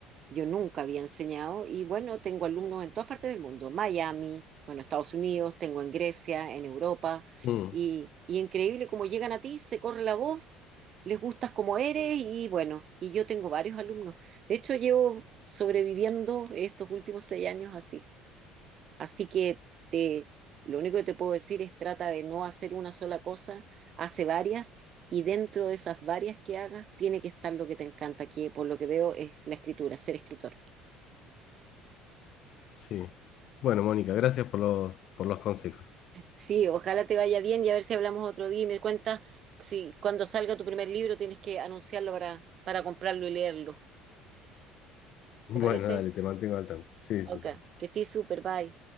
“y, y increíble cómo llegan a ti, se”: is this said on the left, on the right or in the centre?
Right